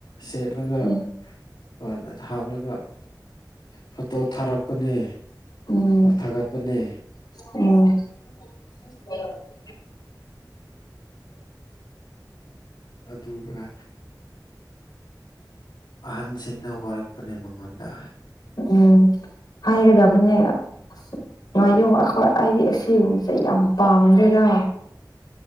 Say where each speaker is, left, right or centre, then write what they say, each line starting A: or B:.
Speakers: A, on the left (about 80°); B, on the left (about 60°).
A: ꯁꯦꯠꯂꯒ
B: ꯎꯝ
A: ꯍꯅ ꯍꯥꯞꯂꯒ ꯐꯣꯇꯣ ꯊꯥꯔꯛꯄꯅꯦ
B: ꯎꯝ
A: ꯊꯥꯒꯠꯄꯅꯦ
B: ꯎꯝ <unintelligible>
A: ꯑꯗꯨꯒ ꯑꯍꯟꯁꯤꯡꯅ ꯍꯣꯔꯛꯄꯅꯦ ꯃꯉꯣꯟꯗ
B: ꯎꯝ ꯍꯥꯏꯒꯗꯕꯅꯦ ꯑꯁ ꯉꯥꯏꯌꯣꯛꯉ ꯑꯩꯈꯣꯏ ꯑꯩꯗꯤ ꯑꯁꯤꯒꯨꯝꯕꯁꯦ ꯌꯥꯝ ꯄꯥꯝꯗꯦꯔ